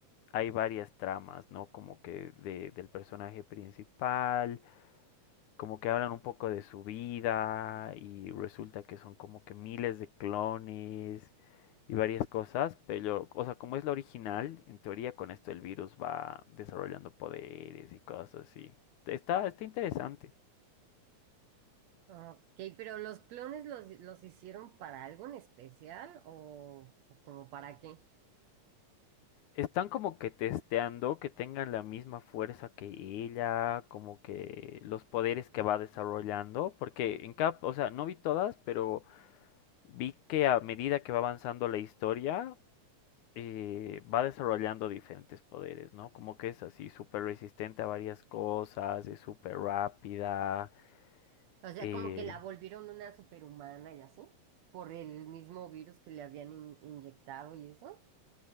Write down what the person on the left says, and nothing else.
Hay varias tramas, ¿no? Como que de- del personaje principal, como que hablan un poco de su vida y resulta que son como que miles de clones y varias cosas, pero, o sea, como es la original, en teoría con esto el virus va desarrollando poderes y cosas así. Está, está interesante.
Están como que testeando que tengan la misma fuerza que ella, como que los poderes que va desarrollando, porque en Cap, o sea, no vi todas, pero vi que a medida que va avanzando la historia, eh, va desarrollando diferentes poderes, ¿no? Como que es así, súper resistente a varias cosas, es súper rápida,
eh,